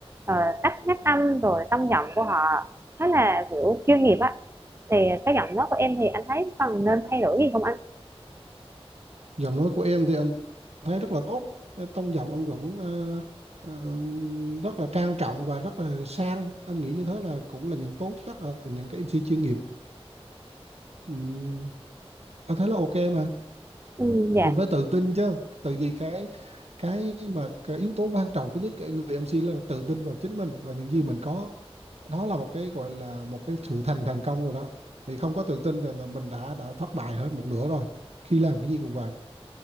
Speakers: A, on the right; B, on the right.
A: ờ, cách phát âm rồi tông giọng của họ khá là, kiểu, chuyên nghiệp á, thì cái giọng nói của em thì anh thấy cần nên thay đổi gì không anh?
B: giọng nói của em thì anh thấy rất là tốt cái tông giọng em cũng ờ, ờ, rất là trang trọng và rất là sang anh nghĩ như thế là cũng là những tố chất là những cái MC chuyên nghiệp Ừm, anh thấy là ok mà
A: Ừ, dạ,
B: mình phải tự tin chứ tại vì cái cái mà cái yếu tố quan trọng của những cái người MC là tự tin vào chính mình và những gì mình có đó là một cái gọi là một cái sự thành thành công rồi đó thì không có tự tin thì là mình đã đã thất bại hết một nửa rồi khi làm cái gì cũng vậy